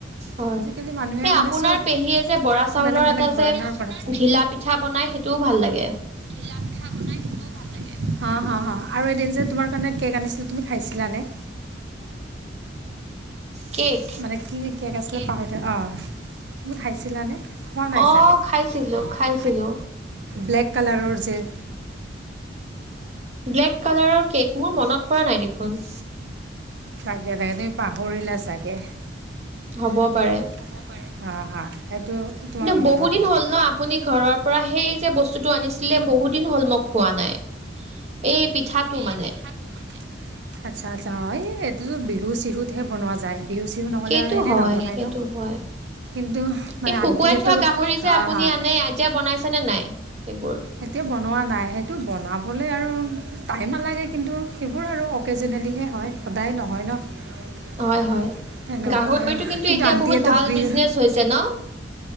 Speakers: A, on the right; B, on the right.
A: হয়,
B: আজিকালি মানুহে
A: এই
B: মানে
A: আপোনাৰ
B: চব
A: পেহীয়ে যে বৰা চাউলৰ
B: বেলেগ বেলেগ
A: এটা
B: ধৰণৰ
A: যে
B: বনাইছে।
A: ঘিলা- পিঠা বনাই সেইটোও ভাল লাগে।
B: ঘিলা পিঠা বনাই সেইটোও ভাল লাগে। হাঁ হাঁ আৰু এদিন যে- তোমাৰ কাৰণে কেক আনিছিলো, তুমি খাইছিলানে?
A: কেক।
B: মানে কি কেক আছিলে পাহৰি থ অঁ তুমি খাইছিলানে? খোৱা নাই
A: অ
B: চাগে। অঁ
A: খাইছিলো খাইছিলো।
B: ব্লেক কালাৰৰ যে।
A: ব্লেক কালাৰৰ কেক মোৰ মনত পৰা নাই দেখোন।
B: তাকে তাকে, তুমি পাহৰিলা চাগে।
A: হ'ব পাৰে।
B: হব পাৰে। হা হা সেইটো তোমাৰ
A: কিন্তু
B: মনত
A: বহু দিন
B: নাই।
A: হ'ল ন আপুনি ঘৰৰ পৰা সেই যে বস্তুটো আনিছিলে বহু দিন হ'ল মই খোৱা নাই। এই পিঠাটো
B: এই
A: মানে,
B: পিঠাটো। আচ্ছা আচ্ছা এই বিহু চিহুতহে বনোৱা যায় বিহু চিহু নহ'লে
A: সেইটো
B: আৰু এনেই
A: হয়,
B: নবনায়
A: সেইটো
B: ন।
A: হয়।
B: কিন্তু মানে
A: এই শুকুৱাই
B: আন্টিয়েটো
A: থোৱা গাহৰি যে
B: হা
A: আপুনি
B: হা।
A: আনে এতিয়া বনাইছেনে নাই সেইবোৰ?
B: এতিয়া বনোৱা নাই সেইটো বনাবলৈ আৰু টাইম নালাগে কিন্তু সেইবোৰ আৰু অকেজেনেলিহে হয় সদায় নহয় ন।
A: হয় হয়,
B: তেনেকুৱা
A: গাহৰিটো
B: আৰু
A: কিন্তু এতিয়া
B: আন্টিয়েতো
A: বহুত ভাল
B: বি
A: বিজনেচ হৈছে ন?